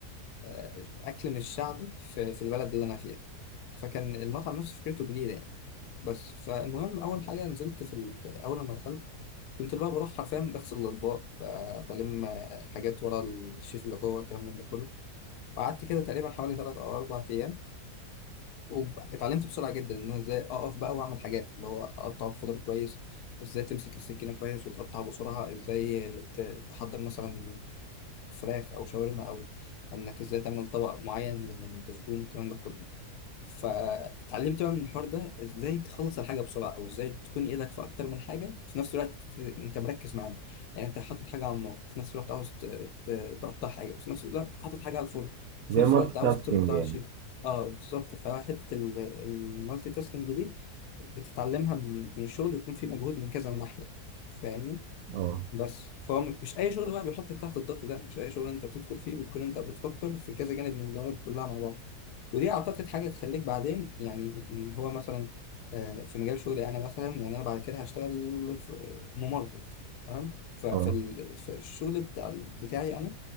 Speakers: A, on the left; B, on the right.
A: آه، أكل مش شعبي في في البلد اللي أنا فيها فكان المطعم نفسه فكرته جديدة يعني بس فالمهم أول حاجة نزلت في ال- أول ما دخلت كنت اللي هو بروح حرفيا بغسل الأطباق ب- بلم آه، حاجات ورا الشيف اللي جوه الكلام من ده كله وقعدت كده تقريبا حوالي تلات أو أربع أيام واتعلمت بسرعة جدا إن أنا إزاي أقف بقى وأعمل حاجات اللي هو أقطع الخضار كويس إزاي تمسك السكينة كويس وتقطعها بسرعة إزاي ت- تحضر مثلا فراخ او شاورما او انك ازاي تعمل طبق معين من الدسبون الكلام ده كله فاتعلمت بقى من الحوار ده ازاي تخلص الحاجه بسرعه او ازاي تكون ايدك في اكتر من حاجه في نفس الوقت ت- انت مركز معاهم يعني انت حاطط حاجه على النار في نفس الوقت عاوز ت- ت- تقطع حاجه وفي نفس الوقت حاطط حاجه على الفرن
B: زي
A: في نفس
B: مالتي
A: الوقت عاوز
B: تاسكينج
A: ترد على
B: يعني
A: شيء اه بالظبط فحته ال- المالتي تاسكينج دي بتتعلمها من من الشغل يكون في مجهود من كذا ناحيه فاهمني
B: اه
A: بس فهو مش اي شغل بقى بيحطك تحت الضغط ده مش اي شغل انت بتدخل فيه بتكون انت بتفكر في كذا جانب من الجوانب كلها مع بعض ودي اعتقد حاجه تخليك بعدين يعني اللي هو مثلا آه، في مجال شغلي انا مثلا يعني انا بعد كده هشتغل في ممرض تمام ف- فال-
B: اه
A: فالشغل بتاع بتاعي انا